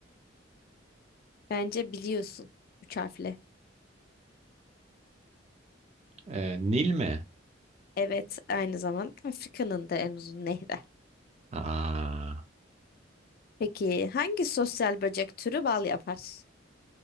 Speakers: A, on the left (about 50°); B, on the right (about 35°).
A: bence biliyorsun. Üç harfli.
B: e, Nil mi?
A: Evet, aynı zamanda Afrika'nın da en uzun nehri.
B: Aa,
A: Peki hangi sosyal böcek türü bal yapar?